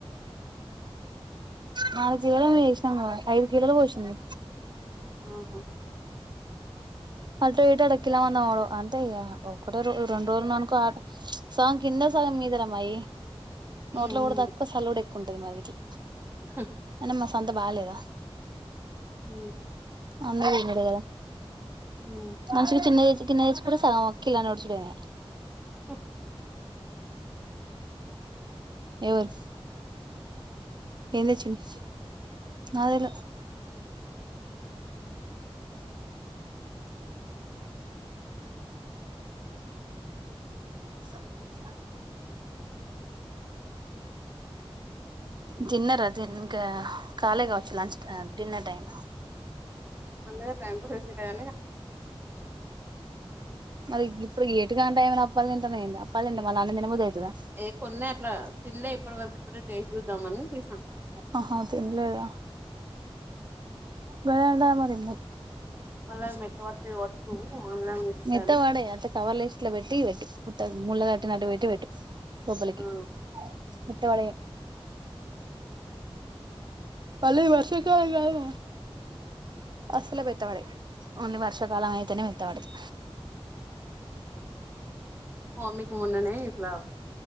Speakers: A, on the right (about 45°); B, on the right (about 20°).
A: నాలుగు కిలోలేమో వేసినాం ఐదు కిలోలు పోషింది
B: ఆహా
A: అటో ఇటో అడక్కిలన్న పడవ్ అంటే ఇగ ఒక్కటో రొ రెండు రోజులు ఉన్న అనుకో సాంగ్ కింద సగం మీదర మాయి నోట్ల
B: ఉమ్
A: పోవుడు తక్కువ సల్లుడు ఎక్కువ ఉంటుది మాది ఇట్ల
B: స
A: అయిన మా సంత బాలేదా
B: ఊ
A: అంద తినుడే కదా
B: ఊ
A: మంచిగ చిన్న చికెన్ తెచ్చుకుంటే సగం కిలో నడుసుడు అయినయ్
B: ఓ
A: ఎవరు ఎం తెచ్చిండు నాక్ తెల్వ స తిన్నరా తిన్ ఇంకా కాళే కావచ్చు లంచ్ డిన్నర్ టైం
B: అందుగా టైంపాస్ అయితుండే
A: మరి గిప్పుడు ఏటుగాని టైమ్లో అప్పాలు తింటున్నావు ఏంది అప్పాల్ తింటే మల అన్నమ్ తినబుద్ధి అయితదా
B: ఏ కొన్నే అట్లా తిన్లే ఇప్పటి వరకు ఇప్పుడే టేస్ట్ చూద్దాంమని తీసిన
A: ఆహా తినలేద వెడా మరి
B: మళ్ళా మెత్తబడతాయి కావచ్చు ఆన్లైన్ చూస్తా
A: మెత్తపడి
B: అని
A: అట్లే కవర్ల వేస్ ఇట్ల పెట్టి పెట్టు ముళ్ళ కట్టినట్టు పెట్టి పెట్టు లోపలికి
B: ఆ
A: మెత్త పడవ్ మళ్ళీ వర్షాకాలం రాదా అసలు మెత్తబడవ్ ఓన్లీ వర్షాకాలం అయితేనే మెత్తబడతయ్
B: మామ్మికి మొన్ననే ఇట్లా